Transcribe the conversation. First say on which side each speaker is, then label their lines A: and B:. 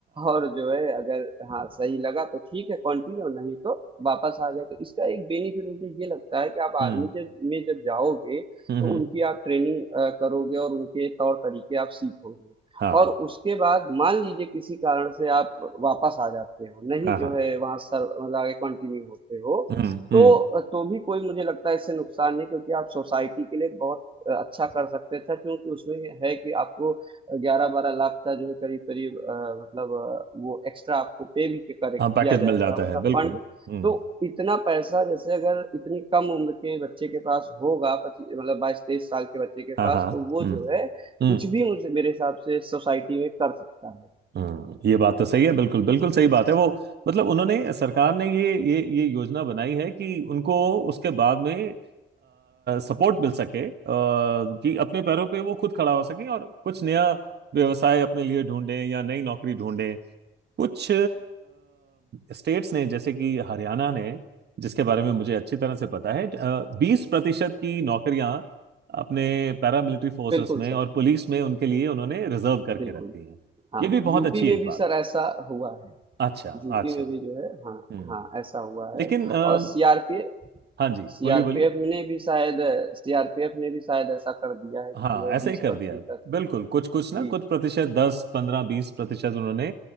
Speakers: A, on the right; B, on the right.
A: और जो है अगर हाँ सही लगा तो ठीक है कंटिन्यू नहीं तो वापस आ गए तो इसका एक बेनिफिट मुझे ये लगता है कि आप
B: हम्म
A: आर्मी जब में जब जाओगे
B: हम्म
A: तो
B: हम्म,
A: उनकी आप ट्रेनिंग करोगे और उनके तौर तरीके आप सीखोगे
B: हाँ
A: और उसके बाद मान लीजिए किसी कारण से आप वापस आ जाते हो नहीं
B: हाँ
A: जो
B: हाँ
A: है वहाँ सर मतलब आगे कंटिन्यू होते हो
B: हम्म हम्म
A: तो तो भी कोई मुझे लगता है इससे नुकसान नहीं क्योंकि आप सोसाइटी के लिए बहुत अच्छा कर सकते हैं अच्छा क्योंकि उसमें है कि आपको ग्यारह बारह लाख का जो है करीब करीब अ, मतलब अ, वो एक्स्ट्रा आपको पे भी करेक्ट
B: हाँ पैकेज
A: किया जाएगा
B: मिल जाता
A: मतलब
B: है बिल्कुल
A: फंड
B: हम्म
A: तो इतना पैसा जैसे अगर इतनी कम उम्र के बच्चे के पास होगा पच्चीस मतलब बाईस तेईस साल के बच्चे के
B: हाँ
A: पास
B: हाँ
A: तो वो
B: हम्म
A: जो है
B: हम्म
A: कुछ भी मुझे मेरे हिसाब से सोसाइटी में कर सकता है
B: हम्म ये बात तो सही है बिल्कुल बिल्कुल सही बात है वो मतलब उन्होंने सरकार ने ये ये ये योजना बनाई है कि उनको उसके बाद में सपोर्ट मिल सके आ, कि अपने पैरों पे वो खुद खड़ा हो सके और कुछ नया व्यवसाय अपने लिए ढूंढें या नई नौकरी ढूंढें कुछ स्टेट्स ने जैसे कि हरियाणा ने जिसके बारे में मुझे अच्छी तरह से पता है बीस प्रतिशत की नौकरियां अपने पैरामिलिट्री फोर्सेस
A: बिल्कुल
B: में
A: सर
B: और पुलिस में उनके लिए उन्होंने रिजर्व करके
A: बिल्कुल
B: रखती हैं
A: हाँ
B: ये भी बहुत
A: यूपी
B: अच्छी
A: में
B: एक
A: भी
B: बात
A: सर ऐसा हुआ है
B: अच्छा
A: यूपी
B: अच्छा
A: में भी जो है हाँ
B: हम्म
A: हाँ ऐसा हुआ है
B: लेकिन अ,
A: और सीआरपीएफ
B: हाँ जी
A: सीआरपीएफ
B: बोलिए बोलिए
A: ने भी शायद सीआरपीएफ ने भी शायद ऐसा कर दिया है कि
B: हाँ
A: जो है
B: ऐसा
A: बीस
B: ही कर
A: परसेंट
B: दिया
A: तक
B: बिल्कुल कुछ कुछ ना
A: जी
B: कुछ प्रतिशत दस पंद्रह बीस प्रतिशत उन्होंने